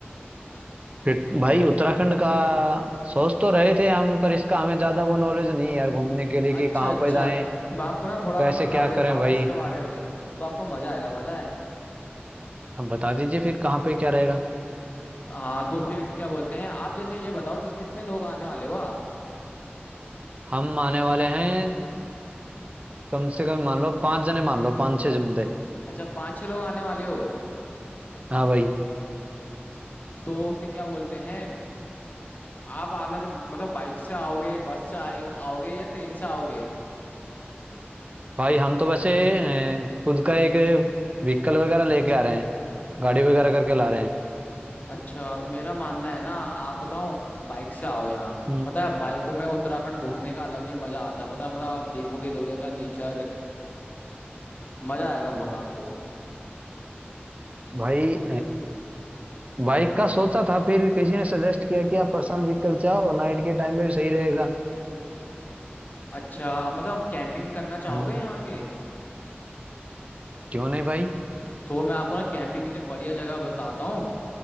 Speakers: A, on the right; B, on the left.
A: फिर भाई उत्तराखंड का सोच तो रहे थे हम पर इसका हमें ज्यादा वो नॉलेज नहीं है यार घूमने के लिए
B: अच्छा
A: कि कहाँ
B: अच्छा
A: पे जाएं
B: तो मैं आपको ना थोड़ा
A: कैसे
B: ना बता
A: क्या
B: देता
A: करें
B: हूँ
A: भाई
B: ना इसके बारे में तो आपको मजा आएगा पता है
A: आप बता दीजिए फिर कहाँ पे क्या रहेगा
B: हाँ तो फिर क्या बोलते हैं आप जैसे ये बताओ किस कितने लोग आने वाले हो आप
A: हम आने वाले हैं कम से कम मान लो पांच जने मान लो पांच छह जमते
B: अच्छा पाँच छह लोग आने वाले हो
A: हाँ भाई
B: तो फिर क्या बोलते हैं आप आना से- मतलब बाइक से आओगे बस से आए आओगे या ट्रेन से आओगे
A: भाई हम तो वैसे अ, खुद का एक व्हीकल वगैरह लेके आ रहे हैं गाड़ी वगैरह
B: अ-
A: करके ला रहे हैं
B: अच्छा मेरा मानना है ना आप बताओ बाइक से आओ यहाँ
A: हम्म।
B: पता है बाइकों में उत्तराखंड घूमने का अलग ही मजा आता है पता है मतलब आप देखोगे इधर उधर का नेचर मजा आएगा बहुत आपको
A: भाई बाइक का सोचा था फिर किसी ने सजेस्ट किया कि आप पर्सनल व्हीकल चाहो नाइट के टाइम पे भी सही रहेगा
B: अच्छा मतलब आप कैंपिंग करना चाहोगे
A: हम्म
B: यहाँ के
A: क्यों नहीं भाई
B: तो मैं आपको ना कैंपिंग के लिए बढ़िया जगह बताता हूँ